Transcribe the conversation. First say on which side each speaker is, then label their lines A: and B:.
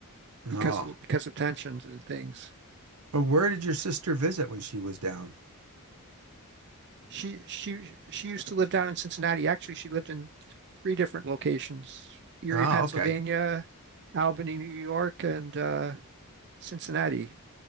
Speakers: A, on the right (about 85°); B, on the right (about 50°).
A: Oh,
B: because of because of tensions and things.
A: Well, where did your sister visit when she was down?
B: She she she used to live down in Cincinnati. Actually, she lived in three different locations: Erie,
A: Oh,
B: Pennsylvania,
A: okay.
B: Albany, New York, and uh, Cincinnati.